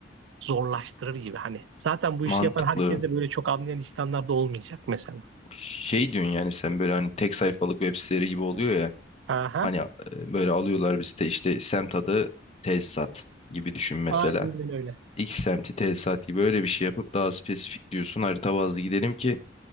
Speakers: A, on the right; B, on the left.
A: zorlaştırır gibi hani. Zaten bu işi
B: mantıklı.
A: yapan herkes de böyle çok anlayan insanlar da olmayacak mesela.
B: şey diyorsun yani sen böyle hani tek sayfalık web siteleri gibi oluyor ya.
A: Aha,
B: Hani e, böyle alıyorlar bir site işte semt adı tesisat gibi düşün mesela.
A: aynen öyle.
B: X semti tesisat gibi öyle bir şey yapıp daha spesifik diyorsun harita bazlı gidelim ki